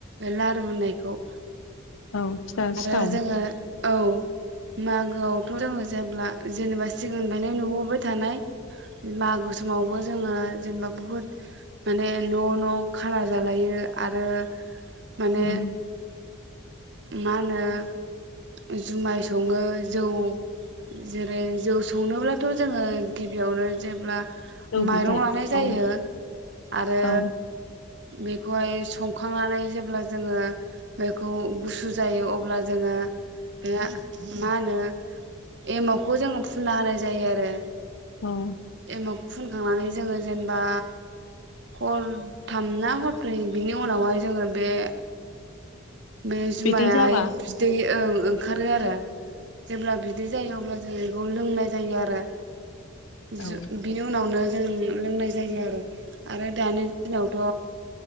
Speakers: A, on the right; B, on the left.
A: लारु होननायखौ
B: औ सिथाव
A: आरो
B: सिथाव
A: जोङो औ मागोआवथ' जोङो जेब्ला जेनेबा सिगांनिफ्रायनो नुबोबाय थानाय मागो समावबो जोङो जेनेबा बुहुद माने न' न' खाना जालायो आरो माने
B: उम
A: मा होनो जुमाय सङो जौ जेरै जौ संनोब्लाथ' जोङो गिबियावनो जेब्ला
B: जौ
A: माइरं
B: बिदै
A: लानाय जायो
B: औ
A: आरो
B: औ
A: बेखौहाय संखांनानै जेब्ला जोङो बैखौ गुसु जायो अब्ला जोङो बे मा होनो एमावखौ जोङो फुनना होनाय जायो आरो।
B: औ
A: एमाव फुनखांनानै जोङो जेनेबा हरथाम ना हरब्रै बिनि उनावहाय जोङो बे बे जुमायाहाय
B: बिदै जाबा
A: बिदै ओ ओंखारो आरो जेब्ला बिदै जायो अब्लासो बेखौ लोंनाय जायो आरो।
B: औ
A: जो बिनि उनावनो जों लोंनाय जायो आरो आरो दानि दिनावथ'